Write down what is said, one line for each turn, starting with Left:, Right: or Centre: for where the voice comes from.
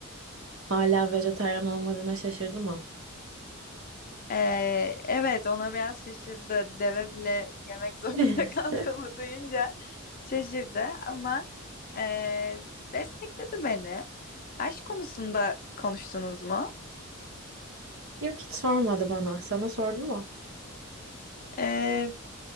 Right: Hala vejetaryen olmadığına şaşırdım ama.
Left: Ee, evet ona biraz şaşırdı. Deve bile yemek <laughs> zorunda
Right: <laughs>
Left: kaldığımı duyunca şaşırdı ama ee, destekledi beni. Aşk konusunda konuştunuz mu?
Right: Yok hiç sormadı bana. Sana sordu mu?
Left: Ee,